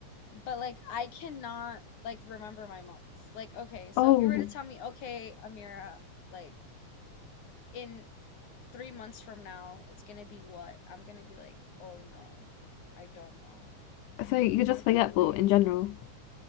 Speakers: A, on the left; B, on the left.
A: But like I cannot like remember my months. Like okay, so
B: Oh,
A: if you were to tell me, okay, Amira, like in three months from now, it's gonna be what? I'm gonna be like, oh no, I don't know.
B: so you're just
A: Okay,
B: forgetful
A: wait.
B: in general.